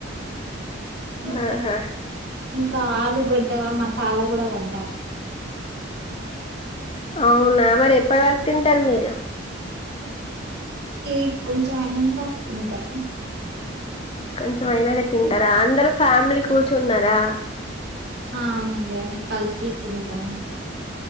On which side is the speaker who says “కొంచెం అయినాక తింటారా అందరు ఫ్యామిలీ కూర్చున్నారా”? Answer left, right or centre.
Left